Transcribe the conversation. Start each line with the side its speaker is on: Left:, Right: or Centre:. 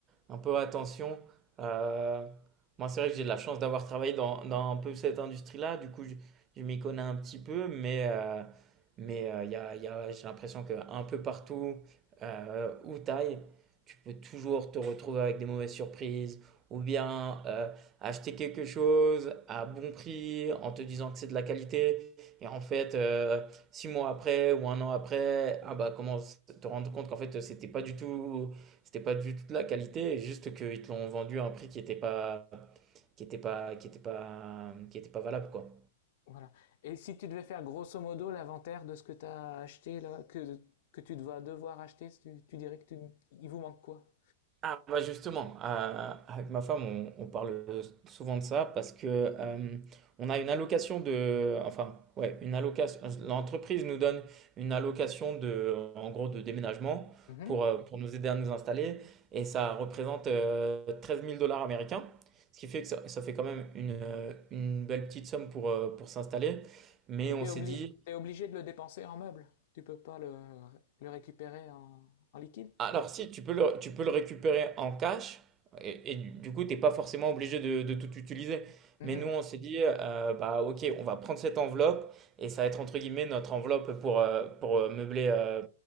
Right: un peu attention. Euh, moi, c'est vrai que j'ai de la chance d'avoir travaillé dans, dans un peu cette industrie-là. Du coup, je, je m'y connais un petit peu, mais euh, mais euh, il y a, il y a, j'ai l'impression que un peu partout euh, où t'ailles, tu peux toujours te retrouver avec des mauvaises surprises ou bien euh, acheter quelque chose à bon prix en te disant que c'est de la qualité et en fait euh, six mois après ou un an après, ah bah commence te rendre compte qu'en fait c'était pas du tout, c'était pas du tout de la qualité, juste qu'ils te l'ont vendu à un prix qui était pas, qui était pas, qui était pas, qui était pas valable quoi.
Left: Voilà. Et si tu devais faire grosso modo l'inventaire de ce que tu as acheté, là, que, que tu vas devoir acheter, tu, tu dirais que tu, il vous manque quoi?
Right: Ah bah justement, euh, avec ma femme, on, on parle souvent de ça parce que euh, on a une allocation de, enfin ouais, une allocation. L'entreprise nous donne une allocation de, en gros, de déménagement
Left: Mhm.
Right: pour euh, pour nous aider à nous installer et ça représente euh, 13 000 dollars américains, ce qui fait que ça, ça fait quand même une, euh, une belle petite somme pour euh, pour s'installer. Mais
Left: Et
Right: on
Left: t'es
Right: s'est
Left: obli-
Right: dit,
Left: t'es obligé de le dépenser en meubles. Tu peux pas le, le récupérer en, en liquide.
Right: Alors, si, tu peux le, tu peux le récupérer en cash et, et du du coup, tu n'es pas forcément obligé de, de tout utiliser.
Left: Mhm.
Right: Mais nous, on s'est dit, euh, bah, ok, on va prendre cette enveloppe et ça va être entre guillemets notre enveloppe pour, euh, pour euh, meubler, euh,